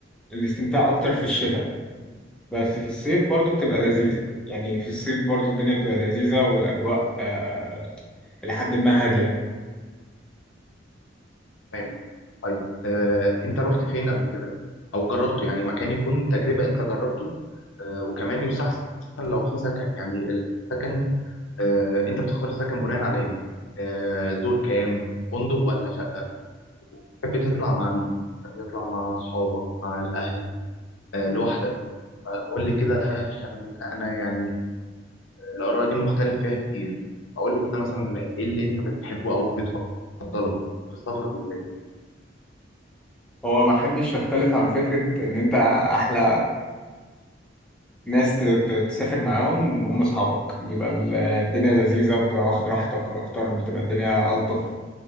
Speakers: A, in the centre; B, on the left.
A: الاستمتاع أكتر في الشتاء بس في الصيف برضو بتبقى لذيذة يعني في الصيف برضو الدنيا بتبقى لذيذة والأجواء آه، إلى حد ما هادية
B: تمام طيب آه، انت رحت فين قبل كده او جربته يعني مكان يكون تجربه انت جربته آه، وكمان يستحسن لو في سكن يعني السكن آه، انت بتختار السكن بناء على ايه آه، دور كام فندق ولا شقه تحب تطلع مع مين؟ تحب تطلع مع اصحابك مع الاهل آه، لوحدك فقول لي كده عشان انا يعني الاراء دي مختلف فيها كتير اقول لي كده مثلا ايه اللي انت بتحبه او بتفضله في السفر بالذات
A: هو ما حدش يختلف عن فكرة إن أنت أحلى ناس ت- ت- تسافر معاهم هم اصحابك بيبقى ال- الدنيا لذيذه وبتبقى واخد راحتك اكتر بتبقى الدنيا الطف